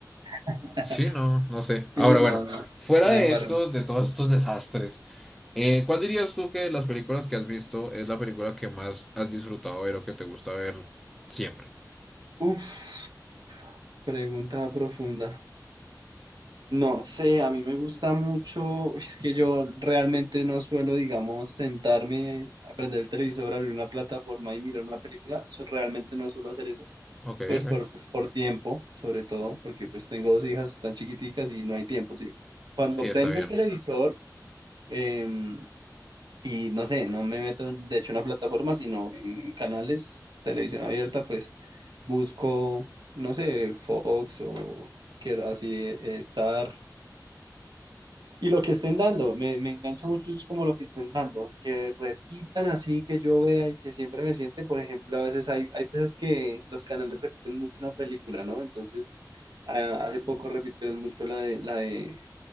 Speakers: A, on the right; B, in the centre.
A: <laughs>
B: Sí, no, no sé.
A: Sí,
B: Ahora,
A: no,
B: bueno,
A: no,
B: fuera
A: sí la
B: de
A: embarran.
B: estos, de todos estos desastres, eh, ¿cuál dirías tú que de las películas que has visto es la película que más has disfrutado ver o que te gusta ver siempre?
A: Uf, pregunta profunda. No sé, a mí me gusta mucho, es que yo realmente no suelo, digamos, sentarme, a prender el televisor, abrir una plataforma y mirar una película, so- realmente no suelo hacer eso,
B: Ok,
A: pues
B: ok,
A: por, por tiempo, sobre todo, porque pues tengo dos hijas tan chiquiticas y no hay tiempo, ¿sí? Cuando
B: sí, está
A: prendo
B: bien.
A: el televisor, em, y no sé, no me meto, en- de hecho, en la plataforma, sino en canales, televisión abierta, pues busco, no sé, Fox o quiero así, eh, Star. Y lo que estén dando, me, me engancha mucho es como lo que estén dando, que repitan así, que yo vea y que siempre me siente, por ejemplo, a veces hay, hay veces que los canales repiten mucho una película, ¿no? Entonces, a- hace poco repitieron mucho la de, la de